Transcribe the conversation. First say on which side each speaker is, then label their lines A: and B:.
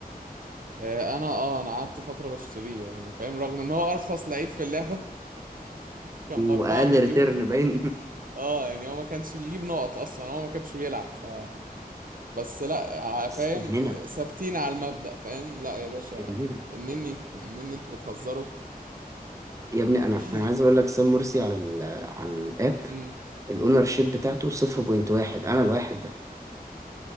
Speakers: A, on the right; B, on the right.
A: آه، انا اه انا قعدت فترة بشتريه يعني فاهم رغم ان هو ارخص لعيب في اللعبة <laughs> كان باربعة
B: واقل
A: مليون
B: ريتيرن باين
A: اه يعني هو ما كانش بيجيب نقط اصلا هو ما كانش بيلعب ف بس لا ع-
B: <laughs> بس
A: فاهم
B: ابننا
A: آه، ثابتين على المبدأ فاهم لا يا باشا
B: ابننا
A: انني انني انتوا بتهزروا
B: يا ابني انا
A: <laughs>
B: انا عايز اقول لك سام مرسي على ال على الاب
A: مم.
B: الاونر شيب بتاعته 0.1 انا الواحد ده